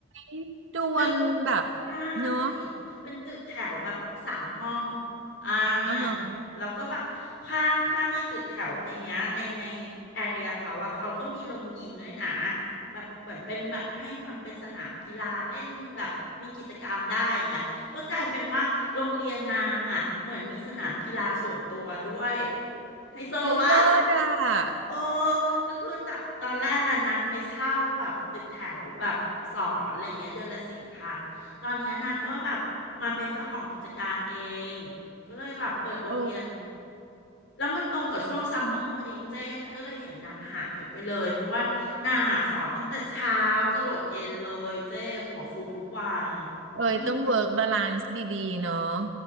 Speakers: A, on the right (about 75°); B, on the left (about 65°).
A: ยดวงแบบ
B: ตึกใช่
A: เนาะ
B: เป็นตึกแถวแบบสามห้องอ่า
A: อ๋อฮะ
B: แล้วก็แบบข้างข้างไอ้ตึกแถวในเนี้ยในในแอเรียเขาอะเขาก็มีโรงยิมด้วยนะแบบเหมือนเป็นแบบให้แบบเป็นสนามกีฬาเล่นแบบมีกิจกรรมได้อย่างเงี้ยก็กลายเป็นว่าโรงเรียนนางอะเหมือนมีสนามกีฬาส่วนตัวด้วยไฮโซวะ
A: เฮ้ยเลิศอ่ะ
B: โอ้ ก็คือจากตอนแรกอะนางไปเช่าแบบตึกแถวแบบสอนอะไรเงี้ยเดือนละสี่พันตอนเนี้ยนางก็แบบมาเป็นเจ้าของกิจการเองก็เลยแบบเปิดโรงเรียน
A: โอ้
B: แล้วมันตรงกับช่วงซัมเมอร์พอดีเจนก็เลยเห็นนางหายไปเลยเพราะว่านางอะสอนตั้งแต่เช้าจะหลดเย็นเลยเจ้หัวฟูทุกวัน
A: เอ้ยต้องเวิร์กบาลานซ์ดีๆเนาะ
B: อืม